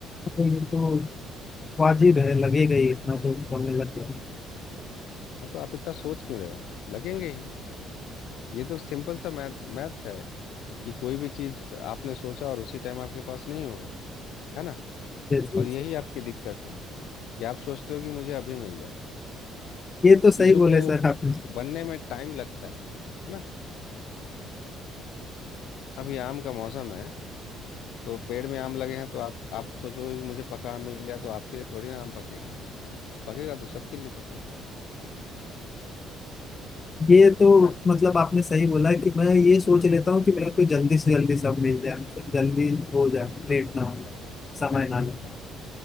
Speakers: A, on the left (about 20°); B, on the left (about 60°).
A: ये तो वाजिब है लगेगा ही इतना तो समय लग जाएगा
B: हाँ तो आप इतना सोच क्यों रहे हो लगेंगे ही ये तो सिंपल सा मैथ मैथ्स है कि कोई भी चीज़ आपने सोचा और उसी टाइम आपके पास नहीं होगा है ना
A: जैसे
B: और
A: जैसे।
B: यही आपकी दिक्कत है कि आप सोचते हो कि मुझे अभी मिल जाए
A: ये तो सही
B: चीज़ों
A: बोले
B: को
A: सर आपने
B: बनने में टाइम लगता है है ना अभी आम का मौसम है तो पेड़ में आम लगे हैं तो आप आप सोचोगे कि मुझे पका आम मिल जाए तो आपके लिए थोड़ी ना आम पकेगा पकेगा तो सबके लिए पकेगा
A: ये तो
B: है ना
A: मतलब आपने सही बोला कि मैं ये सोच लेता हूँ कि मेरे को जल्दी से जल्दी सब मिल जाए मतलब जल्दी हो जाए लेट ना हो जाए समय
B: ऐसा
A: ना
B: नहीं
A: लगे
B: होता